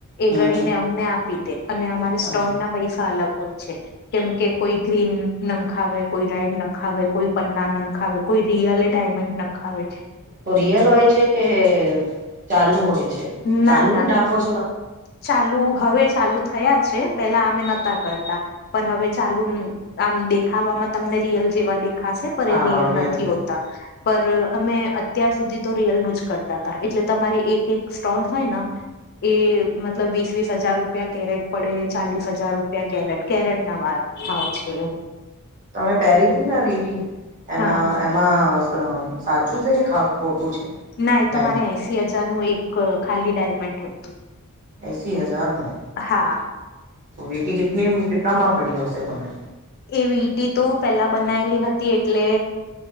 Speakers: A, on the left; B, on the right.
A: એ
B: હમ
A: ગણીને અમને આપી દે અને અમારે
B: હમ
A: સ્ટોન ના પૈસા અલગ હોય છે. કેમ કે કોઈ ગ્રીન નંખાવે કોઈ રેડ નખાવે કોઈ પન્ના નખાવે કોઈ રિયલે એ ડાયમંડ નખાવે
B: તો રિયલ હોય છે કે ચાલુ હોય છે
A: ના
B: ચાલુ
A: ના
B: બી નાખ <inaudible> <inaudible>
A: ચાલુ હવે ચાલુ થયા છે પેલા અમે નહાતા કરતા પર હવે ચાલુ આમ દેખાવામાં તમને રિયલ જેવા દેખાશે. પર
B: હા
A: એ રિયલ નથી
B: છે
A: હોતા પર અમે અત્યાર સુધી તો રિયલનું જ કરતા હતા એટલે તમારે એક એક સ્ટોન હોય ન એએએ. મતલબ વીસ વીસ હજાર રૂપિયા કેરેટ પડે ચાલીસ હજાર રૂપિયા કેરેટ કેરેટના બાલ ભાવ છે એવું <unintelligible>
B: તમે પહેરીતીને વીટી એના
A: હા
B: મા સ સાચું છે કે ખોટું છે
A: ના એ
B: ડાયમંડ
A: તો મારે એંસી હજારનું એક ખાલી ડાયમંડ હતું
B: એંસી હજારનું
A: હા.
B: તો વીંટી કિતની કેટલામાં પડી હશે તમે
A: એ વીંટી તો પેલા બનાયેલી હતી એટલે